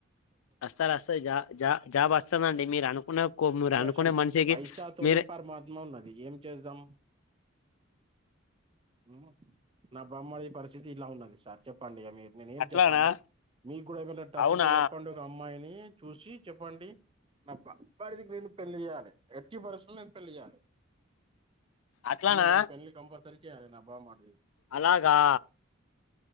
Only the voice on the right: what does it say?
ప్రశల్
పైసాతోని
పరమాత్మ ఉన్నది ఏం చేద్దాం. మ్ నా బామర్ది పరిస్థితి ఇట్లా ఉన్నది సార్ చెప్పండి ఇక మీర్ నేనేం
చెప్పాలే? మీకు కూడా ఏమన్నా టచ్
ఉంటే చెప్పండి ఒక అమ్మాయిని చూసి చెప్పండి. నా బామర్ది కి నేను పెళ్ళియాలి ఎట్టి పరిస్థితుల్లోనూ పెళ్ళి చెయ్యాలి
అందుకు నేన్ పెళ్లి కంపల్సరి చేయ్యాలి నా బామర్ది